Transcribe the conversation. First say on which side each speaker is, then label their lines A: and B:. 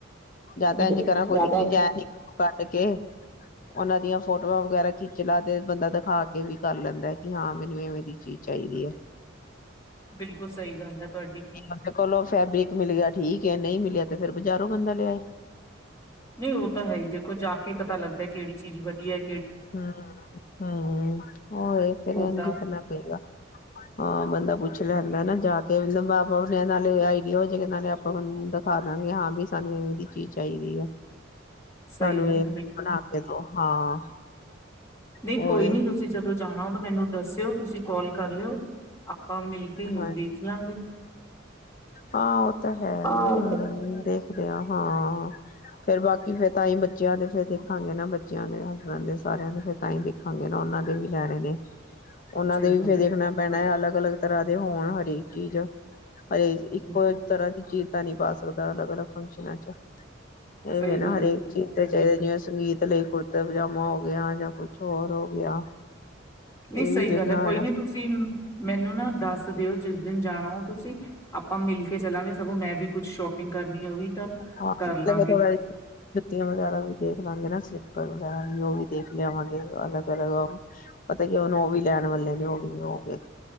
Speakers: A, on the left; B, on the left.
A: ਜਾਤਾਂ
B: ਜ਼ਿਆਦਾ
A: ਇੰਝ ਕਰਾਂ ਕੋਈ <unintelligible> ਨ ਕਢ ਕੇ। ਓਨਾਂ ਦੀਆਂ ਫੋਟੋਆਂ ਵਗੈਰਾ ਖਿੱਚ ਲਾ ਤੇ ਬੰਦਾ ਦਿਖਾ ਕੇ ਵੀ ਕਰ ਲੈਂਦੈ ਕਿ ਹਾਂ ਮੈਨੂੰ ਇਵੇਂ ਦੀ ਚੀਜ਼ ਚਾਈਦੀ ਐ।
B: ਬਿਲਕੁਲ ਸਹੀ ਗੱਲ ਹੈ। ਤੁਹਾਡੀ
A: ਔਦੇ ਕੋਲੋਂ ਫੈਬਰਿਕ ਮਿਲ ਗਿਆ। ਠੀਕ ਹੈ ਨਹੀਂ ਮਿਲਿਆ ਤੇ ਫੇਰ ਬਜ਼ਾਰੋਂ ਬੰਦਾ ਲਿਆਏ।
B: ਨਹੀਂ ਓਹ ਤਾਂ ਹੈ ਹੀ ਦੇਖੋ ਜਾ ਕੇ ਈ ਪਤਾ ਲੱਗਦੈ ਕੇੜੀ ਚੀਜ਼ ਵਧੀਐ
A: ਹੂੰ ਹੂੰ ਔਏ ਫੇਰ
B: ਉਹ
A: ਐੰਜੀ
B: ਤਾਂ
A: ਕਰਨਾ ਪਏਗਾ, ਹਾਂ ਬੰਦਾ ਪੁੱਛ ਲੈਂਦਾ ਨਾ ਜਾ ਕੇ ਨਵਾ ਫੋਨ ਐ, ਨਾਲੇ ਆਈਡੀਆ ਹੋਜੇਗਾ, ਨਾਲੇ ਆਪਾਂ ਔਨਾਨ ਦਿਖਾ ਦਾਂਗੇ, ਹਾਂ ਬਈ ਸਾਨੂੰ ਏਵੇਂ ਦੀ ਚੀਜ਼ ਚਾਈਦੀ ਐ।
B: ਸਹੀ
A: ਸਾਨੂੰ
B: ਗੱਲ
A: ਏਹ
B: ਹੈ
A: ਬਣਾ ਕੇ ਦੋ ਹਾਂ।
B: ਨਈ
A: ਉਹਏ
B: ਕੋਈ ਨੀ ਤੁਸੀਂ ਜਦੋਂ ਜਾਣਾ ਤ ਮੈਨੂੰ ਦੱਸਿਓ ਤੁਸੀਂ ਕਾਲ ਕਰ ਲਿਓ, ਆਪ ਅਪਾਂ ਮਿਲ ਕੇ ਈ
A: ਹਾਂ
B: ਦੇਖ ਲਾਂਗੇ।
A: ਹਾਂ, ਔ ਤਾਂ ਹੈ
B: ਆਹੋ
A: ਹੂੰ
B: ਤੇ
A: ਦੇਖਦੇ ਆਂ ਹਾਂ। ਹਾਂ, ਫੇਰ ਬਾਕੀ ਫੇਰ ਤਾਂਈ ਬੱਚਿਆਂ ਦੇ ਫੇਰ ਦੇਖਾਂਗੇ ਨਾ ਬੱਚਿਆਂ ਦੇ, ਸਾਰਿਆਂ ਦੇ ਫੇਰ ਤਾਂਈ ਦੇਖਾਂਗੇ ਨਾ ਔਨਾਂ ਦੇ ਵੀ ਲੈਣੇ ਨੇ। ਔਨਾਂ
B: ਸਹੀ
A: ਦੇ
B: ਗੱਲ
A: ਵੀ ਫੇਰ
B: ਹੈ
A: ਦੇਖਣਾ
B: ਬਿਲਕੁਲ
A: ਪੈਣੈ,
B: ਤੁਹਾਡੀ
A: ਅਲੱਗ ਅਲੱਗ ਤਰ੍ਹਾਂ ਦੇ ਹੋਣ ਹਰੀਕ ਚੀਜ਼ ਆ, ਅਰੇ ਕੋਈ
B: ਬਿਲਕੁਲ
A: ਏਕ ਤਰ੍ਹਾਂ ਦੀ ਚੀਜ਼ ਤਾਂ ਨੀ ਪਾ ਸਕਦੇ ਅਲਗ ਅਲਗ ਫੰਕਸ਼ਨਾਂ ਚ ਏਹ
B: ਸਹੀ
A: ਵੀ ਨਾ
B: ਗੱਲ
A: ਹਰੇਕ
B: ਹੈ ਬਿਲਕੁਲ
A: ਚੀਜ਼
B: ਤੁਹਾਡੀ
A: ਤੇ ਚਾਹੀਦ ਜਿਵੇਂ ਸੰਗੀਤ ਲਈ ਕੁੜਤਾ ਪਜਾਮਾ ਹੋਗ ਗਿਆ ਜਾਂ ਕੁਛ ਹੋਰ ਹੋ ਗਿਆ
B: ਨਹੀਂ
A: ਇਹ
B: ਸਹੀ
A: ਵੀ ਦੇਖਣਾ
B: ਗੱਲ ਹੈ ਕੋਈ ਨੀ ਤੁਸੀਂ ਮੈਨੂੰ ਨਾ ਦੱਸ ਦਿਓ ਜਿਸ ਦਿਨ ਜਾਣਾ ਹੋ ਤੁਸੀਂ ਆਪਾਂ ਮਿਲ ਕੇ ਚੱਲਾਂਗੇ ਸਗੋਂ ਮੈਂ ਵੀ ਕੁੱਛ ਸ਼ੋਪਿੰਗ ਕਰਨੀ ਹੋਗੀ ਤਾਂ
A: ਹਾਂ
B: ਕਰ ਲਾਂਗੇ
A: ਜੁੱਤੀਆਂ ਵਗੈਰਾ ਵੀ ਦੇਖ ਲਵਾਂਗੇ ਨਾ ਸਲੀਪਰ ਵਗੈਰਾ ਵੀ ਉਹ ਵੀ ਦੇਖ ਲਿਆਵਾਂਗੇ ਅਲੱਗ ਅਲੱਗ ਪਤਾ ਕੀ ਹੁਣ ਉਹ ਵੀ ਲੈਣ ਵਾਲੇ ਨੇ ਉਹ ਵੀ ਹੋਗੇ